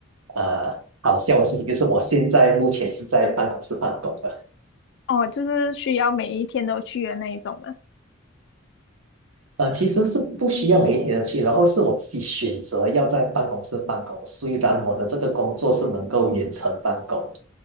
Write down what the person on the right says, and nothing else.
呃好笑的事情，就是我现在目前是在办公室办公的。
呃，其实是不需要每一天的去，然后是我自己选择要在办公室办公。虽然我的这个工作是能够远程办公，